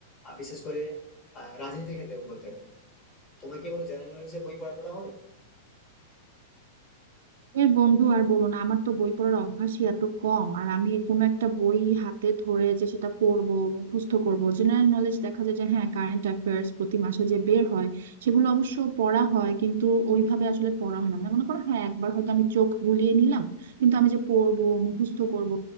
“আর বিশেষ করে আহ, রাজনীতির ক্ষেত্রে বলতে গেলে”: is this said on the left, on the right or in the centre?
Left